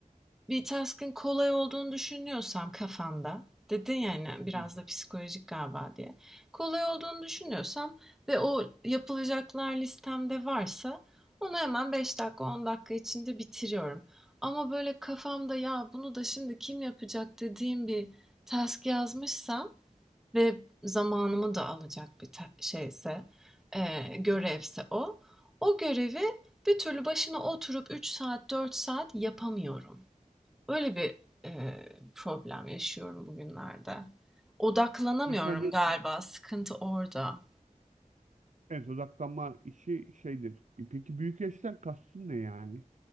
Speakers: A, in the centre; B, on the right (about 65°).
A: bir task'ın kolay olduğunu düşünüyorsam kafamda, dedin yani
B: <laughs>
A: biraz da psikolojik galiba diye. Kolay olduğunu düşünüyorsam ve o yapılacaklar listemde varsa onu hemen 5 dakika 10 dakika içinde bitiriyorum. Ama böyle kafamda ya bunu da şimdi kim yapacak dediğim bir task yazmışsam ve zamanımı da alacak bir şeyse, eee, görevse o. O görevi bir türlü başına oturup 3 saat, 4 saat yapamıyorum. Öyle bir eee, problem yaşıyorum bugünlerde. Odaklanamıyorum
B: Mesela ne,
A: galiba, sıkıntı orada.
B: evet odaklanma işi şeydir. E Peki büyük yaştan kastın ne yani?